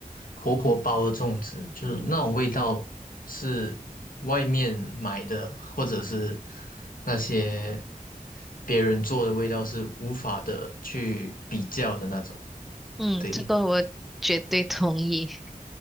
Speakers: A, on the left; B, in the centre.
A: 婆婆包的粽子，就是那种味道是外面买的，或者是那些别人做的味道是无法的去比较的那种。
B: 嗯，
A: 对，
B: 这个我绝对同意。